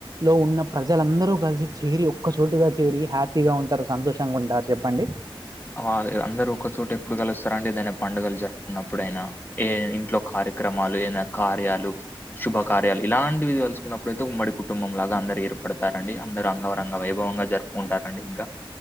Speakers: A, on the right; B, on the left.
A: లో ఉన్న ప్రజలందరూ కలిసి చేరి ఒక్క చోటుగా చేరి హ్యాప్ పీగా ఉంటారు సంతోషంగా ఉంటారు చెప్పండి
B: ఆ అందరు ఒకచోట ఎప్పుడు కలుస్తారంటే ఏదైనా పండుగలు జరుపుకున్నప్పుడయినా ఏ ఇంట్లో క కార్యక్రమాలు ఏనా కార్యాలు శుభ కార్యాలు ఇలాంటివి వలుసుకున్నప్పుడు ప్రతి ఉమ్మడి కుటుంబం లాగా అందరి ఏర్పడతారండి అందరు అంగరంగ వైభవంగా జరుపుకుంటారండి ఇంకా